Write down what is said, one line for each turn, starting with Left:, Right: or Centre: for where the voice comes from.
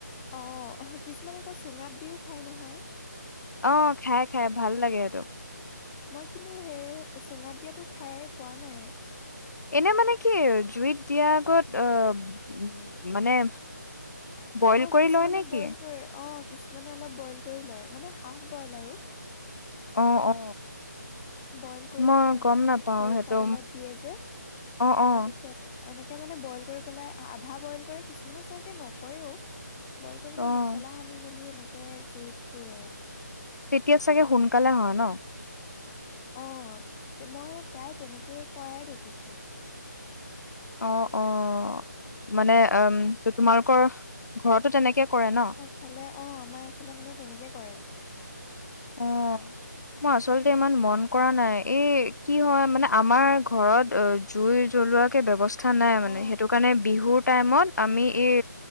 Centre: অ', কিছুমানে আকৌ চুঙাত দিওঁ খায় নহয়।
Left: অ' খাই, খাই, ভাল লাগে সেইটো।
Centre: মই কিন্তু সেই চুঙাত দিয়াটো খাইয়ে পোৱা নাই।
Left: এনে মানে কি, জুইত দিয়াৰ আগত আহ উম- মানে বইল
Centre: অ'
Left: কৰি
Centre: কিছুমানে
Left: লয় নেকি?
Centre: বইল কৰে। অ', কিছুমানে অলপ বইল কৰি লয় মানে, হাফ বইল আৰু।
Left: অ', অ'।
Centre: বইল কৰি
Left: মই
Centre: পেলাই, এনেকে
Left: গম নাপাও
Centre: খৰিকাডালত
Left: সেইটো
Centre: দিয়ে যে,
Left: অ', অ',
Centre: তাৰপি ত এনেকে মানে বইল কৰি পেলাই আধা বইল কৰে, কিছুমানে চাগে নকৰেও। বইল কৰি পেলাই
Left: অ',
Centre: মচলা সানি মেলি এনেকে জুইত পোৰে।
Left: তেতিয়া চাগে সোনকালে হয় ন'?
Centre: অ', তো মই সেই প্ৰায় তেনেকেই কৰাই দেখিছোঁ।
Left: অ', অ', মানে আম- তো তোমালোকৰ ঘৰতো তেনেকে কৰে ন'?
Centre: ইফালে অ', আমাৰ এফালে মানে তেনেকে কৰে।
Left: অ'। মই আচলতে ইমান মন কৰা নাই। এই কি হয় মানে, আমাৰ ঘৰত অ জুই জ্বলোৱাকে ব্যৱস্থা নাই মানে,
Centre: অ
Left: সেইটো কাৰণে বিহুৰ টাইমত আমি এই